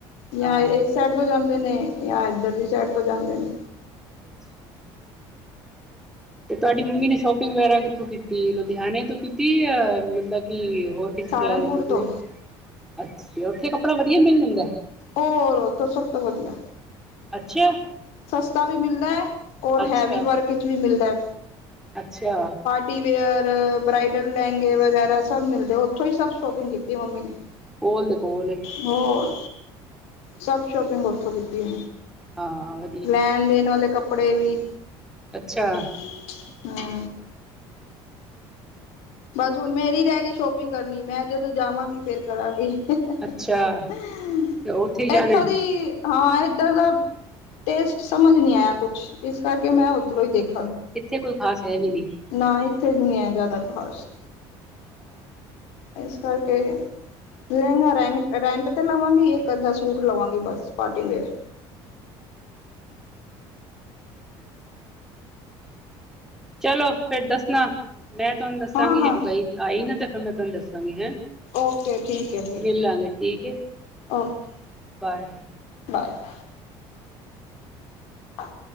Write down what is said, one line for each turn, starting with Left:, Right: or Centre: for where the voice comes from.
Left: ਯਾ
Centre: ਹਾਂ
Left: ਏ ਸਾਈਡ ਤੋਂ ਜਾਂਦੇ ਨੇ, ਯਾ ਇੱਧਰ ਦੀ ਸਾਈਡ ਤੋਂ ਜਾਂਦੇ ਨੇ।
Centre: ਅੱਛਾ। ਤੇ ਤੁਹਾਡੀ ਮੰਮੀ ਨੇ ਸ਼ੋਪਿੰਗ ਵਗੈਰਾ ਕਿੱਥੋਂ ਕੀਤੀ, ਲੁਧਿਆਣੇ ਤੋਂ ਕੀਤੀ ਯਾ ਮਤਲਬ ਕਿ ਹੋਰ ਕਿਸੇ
Left: ਸਹਾਰਨਪੁਰ
Centre: ਸ਼ਹਿਰ 'ਚ
Left: ਤੋਂ
Centre: ਉਥੇ, ਅੱਛਾ, ਉੱਥੇ ਕ ਕਪੜਾ ਵਧੀਆ ਮਿਲ ਜਾਂਦਾ?
Left: ਔਰ ਉਥੋਂ ਸਭ ਤੋਂ ਵਧੀਆ
Centre: ਅੱਛਾ
Left: ਸਸਤਾ ਵੀ ਮਿਲਦਾ ੲੈ, ਔਰ
Centre: ਅੱਛਾ
Left: ਹੈਵੀ ਵਰਕ ਵਿੱਚ ਵੀ ਮਿਲਦਾ ਏ।
Centre: ਅੱਛਾ।
Left: ਪ੍ਰੀ ਵੇਅਰ, ਬ੍ਰਾਈਡਲ ਲਹਿੰਗੇ, ਵਗੈਰਾ ਸਭ ਮਿਲਦੇ, ਉੱਥੋਂ ਹੀ ਸਭ ਸ਼ੋਪਿੰਗ ਕੀਤੀ ਮੰਮੀ ਨੇ।
Centre: ਕੋਲ ਦੇ ਕੋਲ ਏ।
Left: ਹੋਰ, ਸਭ ਸ਼ੋਪਿੰਗ ਉੱਥੋਂ ਕੀਤੀ ਏ।
Centre: ਹਾਂ ਵ
Left: ਲੈਣ ਦੇਣ ਵਾਲੇ ਕੱਪੜੇ ਵੀ।
Centre: ਅੱਛਾ।
Left: ਹੂੰ। ਬਸ ਹੁਣ ਮੇਰੀ ਰਹਿ ਗਈ ਸ਼ੋਪਿੰਗ ਕਰਨੀ, ਮੈਂ ਜਦੋਂ ਜਾਵਾਂਗੀ ਫੇਰ ਕਰਾਂਗੀ। <unintelligible>
Centre: ਅੱਛਾ ਤੇ ਉੱਥੇ ਹੀ ਜਾਣਾ
Left: ਇੱਥੋਂ ਦੀ ਹਾਂ ਇੱਧਰ ਦਾ, ਟੇਸਟ ਸਮਝ ਨਹੀਂ ਆਇਆ ਕੁਛ, ਇਸ ਕਰਕੇ ਮੈਂ ਉੱਧਰੋਂ ਹੀ ਦੇਖ
Centre: ਇੱਥੇ ਕੋਈ ਖਾਸ ਹੈ ਵੀ ਨਹੀਂ।
Left: ਨਾ ਇੱਥੇ ਨਿ ਹੈ, ਜ਼ਿਆਦਾ ਖਾਸ਼।
Centre: <inaudible>
Left: ਇਸ ਕਰਕੇ, ਲਹਿੰਗਾ ਰੈਂਟ, ਰੈਂਟ ਤੇ ਲਵਾਂਗੀ, ਇੱਕ ਅੱਧਾ ਸੂਟ ਲਵਾਂਗੀ ਬਸ, ਪਾਰਟੀ ਵੇਅਰ।
Centre: ਚਲੋ ਫੇਰ ਦੱਸਣਾ। ਮੈਂ ਤੁਹਾਨੂੰ ਦੱਸਾਂਗੀ
Left: ਹਾਂ ਹਾਂ
Centre: ਗਈ ਆਈ ਨਾ ਤੇ, ਫਿਰ ਮੈਂ ਤੁਹਾਨੂੰ ਦੱਸਾਂਗੀ, ਹੈਂ।
Left: ਓਕੇ ਠੀਕ ਹੈ ਠੀਕ
Centre: ਮਿਲਾਂਗੇ ਠੀਕ ਏ,
Left: ਓਕੇ
Centre: ਬਾਏ।
Left: ਬਾਏ। ਹ